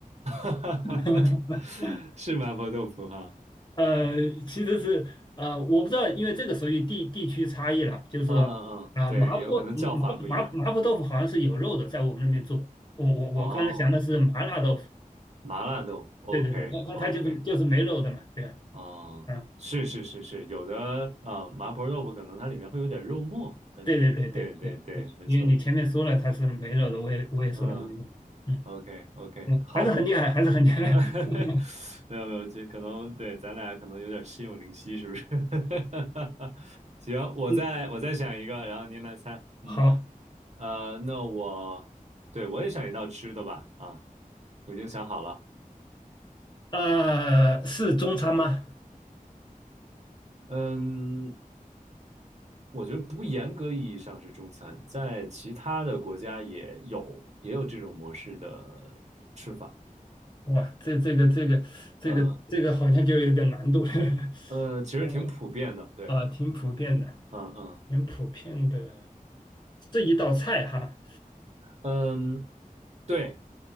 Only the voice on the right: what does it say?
<laughs>
是麻婆豆腐哈，
嗯嗯嗯，对，
有可能叫法不一样。
哦，麻辣豆腐，OK
OK，
哦，
是是是是，有的啊、呃麻婆豆腐可能它里面会有点肉末，但是对对对，
没错，
嗯
，OK OK，
好。
<laughs> 哈，
没有没有，这可能对咱俩可能有点心有灵犀，是不是？<laughs> 行，我再我再想一个，
然后您来猜。嗯，
呃，那我对我也想一道吃的吧。啊，我已经想好了。
嗯，我觉得不严格意义上是中餐，在其他的国家也有也有这种模式的吃法。
嗯
呃，其实挺普遍的。
对，
嗯嗯
嗯，对，